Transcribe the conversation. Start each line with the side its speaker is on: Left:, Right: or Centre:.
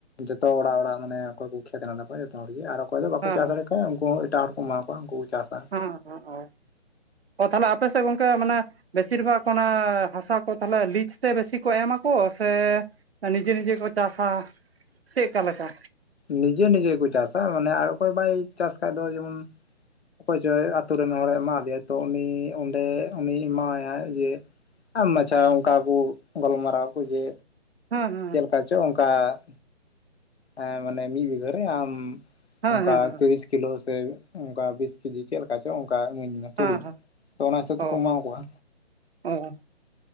Left: ᱡᱚᱛᱚ ᱚᱲᱟᱜ ᱚᱲᱟᱜ ᱢᱟᱱᱮ ᱚᱠᱚᱭ ᱠᱚ ᱠᱷᱮᱛ ᱦᱮᱱᱟᱜ ᱛᱟᱠᱚᱣᱟ ᱡᱚᱛᱚ ᱦᱚᱲᱜᱮ ᱟᱨ ᱚᱠᱚᱭ ᱫᱚ ᱵᱟᱠᱚ
Right: ᱦᱮᱸ
Left: ᱪᱟᱥ
Right: ᱦᱮᱸ
Left: ᱫᱟᱲᱮᱭᱟᱜ ᱦᱚᱸ ᱩᱱᱠᱩ ᱦᱚᱸ ᱮᱴᱟᱜ ᱦᱚᱲ ᱠᱚ ᱮᱢᱟᱣᱟᱣ ᱠᱚᱣᱟ ᱩᱱᱠᱩ ᱠᱚ ᱪᱟᱥᱟ᱾
Right: ᱦᱚᱸ ᱚᱸ ᱚ᱾ ᱚ ᱛᱟᱦᱚᱞᱮ ᱟᱯᱮ ᱥᱮᱫ ᱜᱚᱝᱠᱮ ᱢᱟᱱᱮ ᱵᱮᱥᱤᱨ ᱵᱷᱟᱜᱽ ᱚᱱᱟ ᱦᱟᱥᱟ ᱠᱚ ᱛᱟᱦᱞᱮ ᱞᱤᱡ ᱛᱮ ᱵᱮᱥᱤ ᱠᱚ ᱮᱢᱟᱠᱚ ᱥᱮ ᱮ ᱱᱤᱡᱮ ᱱᱤᱡᱮ ᱠᱚ ᱪᱟᱥᱟ ᱪᱮᱫᱠᱟ ᱞᱮᱠᱟ?
Left: ᱱᱤᱡᱮ ᱱᱤᱡᱮ ᱜᱮᱠᱚ ᱪᱟᱥᱟ ᱢᱟᱱᱮ ᱟᱨ ᱚᱠᱚᱭ ᱵᱟᱭ ᱪᱟᱥ ᱠᱷᱟᱡ ᱫᱚ ᱡᱮᱢᱚᱱ ᱚᱠᱚᱭ ᱪᱚᱭ ᱟᱛᱳ ᱨᱮᱱ ᱦᱚᱲᱮ ᱮᱢᱟᱫᱮᱭᱟ ᱛᱚ ᱩᱱᱤ ᱚᱸᱰᱮ ᱩᱱᱤ ᱮᱢᱟᱣᱟᱭᱟᱭ ᱡᱮ ᱟᱢ ᱢᱟᱪᱷᱟᱣ ᱚᱱᱠᱟ ᱠᱚ ᱜᱟᱞᱢᱟᱨᱟᱣ ᱟᱠᱚ ᱡᱮ
Right: ᱦᱮᱸ ᱦᱮᱸ᱾
Left: ᱠᱟ ᱪᱚ ᱚᱱᱠᱟ ᱮᱸ ᱢᱟᱱᱮ ᱢᱤᱫ ᱵᱤᱜᱷᱟᱹ ᱨᱮ ᱟᱢ
Right: ᱦᱮᱸ
Left: ᱚᱱᱠᱟ
Right: ᱦᱮᱸ
Left: ᱛᱤᱨᱤᱥ ᱠᱤᱞᱳ ᱥᱮ ᱚᱱᱠᱟ ᱵᱤᱥ ᱠᱮᱡᱤ ᱪᱮᱫ ᱞᱮᱠᱟ ᱪᱚ ᱚᱱᱠᱟ ᱤᱢᱟᱹᱧ ᱢᱮ᱾
Right: ᱦᱮᱸ
Left: ᱛᱩᱲᱤ
Right: ᱦᱮᱸ
Left: ᱛᱚ ᱚᱱᱟ ᱦᱤᱥᱟᱹᱵ
Right: ᱚ
Left: ᱛᱮᱠᱚ ᱮᱢᱟ ᱠᱚᱣᱟ
Right: ᱚ᱾